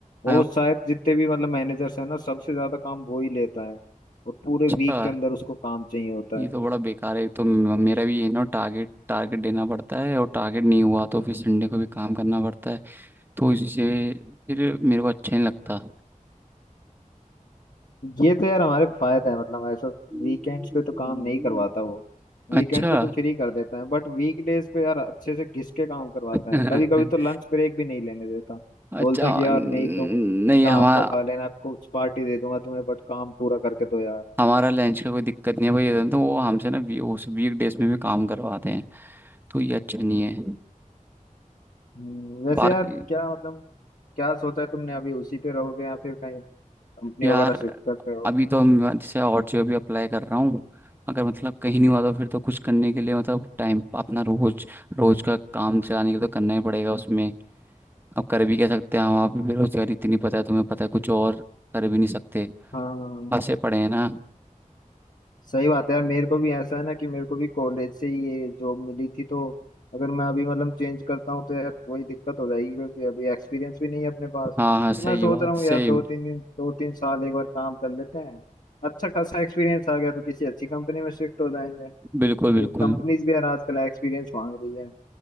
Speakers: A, on the left; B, on the right.
A: वो
B: हाँ,
A: शायद जितने भी मतलब मैनेजर्स है ना सबसे ज्यादा काम वो ही लेता है और पूरे
B: अच्छा
A: वीक के अंदर उसको काम चाहिए होता
B: ये
A: है
B: तो बड़ा बेकार है तो म- मेरा भी ये ना टारगेट टारगेट देना पड़ता है और टारगेट नहीं हुआ तो फिर संडे को भी काम करना पड़ता है तो इससे फिर मेरे को अच्छा नहीं लगता
A: ये तो यार हमारे फायदा है मतलब ऐसा
B: हम्म,
A: वीकेंड्स पे तो काम नहीं करवाता वो वीकेंड्स
B: अच्छा
A: पे तो फ्री कर देता है बट वीकडेज पे यार अच्छे से घिस के काम करवाता
B: <laughs>
A: है कभी कभी तो लंच ब्रेक भी नहीं लेने देता
B: अच्छा
A: बोलता है कि यार
B: न-
A: नहीं तुम
B: नहीं
A: शाम
B: हमारा
A: को खा लेना कुछ पार्टी दे दूंगा तुम्हें बट काम पूरा करके दो यार
B: हमारा लंच का कोई दिक्कत नहीं है भाई ये तो वो हमसे ना वी, उस वीक डेज में भी काम करवाते हैं तो ये अच्छा नहीं है
A: हम्म, वैसे
B: बाकी
A: यार क्या मतलब क्या सोचा है तुमने अभी उसी पे रहोगे या फिर कहीं कंपनी
B: यार
A: वगैरह शिफ्ट करते हो
B: अभी तो मैं जैसे और जो अभी अप्लाई कर रहा हूँ अगर मतलब कहीं नहीं हुआ तो फिर तो कुछ करने के लिए मतलब टाइम अपना रोज रोज का काम चलाने के लिए तो करना ही पड़ेगा उसमें अब कर भी क्या सकते हैं हम आप भी बेरोजगारी इतनी पता है तुम्हें पता है कुछ और कर भी नहीं सकते
A: हाँ
B: फंसे पड़े हैं ना
A: सही बात है यार मेरे को भी ऐसा है ना कि मेरे को भी कॉलेज से ही ये जॉब मिली थी तो अगर मैं अभी मतलब चेंज करता हूँ तो यार वही दिक्कत हो जाएगी क्योंकि अभी एक्सपीरियंस भी नहीं है अपने पास
B: हाँ हाँ सही
A: तो मैं सोच
B: बात
A: रहा हूँ
B: सही
A: यार दो तीन दिन दो तीन साल एक बार काम कर लेते हैं अच्छा खासा एक्सपीरियंस आ गया तो किसी अच्छी कंपनी में शिफ्ट हो जाएंगे
B: बिल्कुल
A: क्योंकि
B: बिल्कुल
A: कंपनीज भी यार आजकल एक्सपीरियंस मांग रही है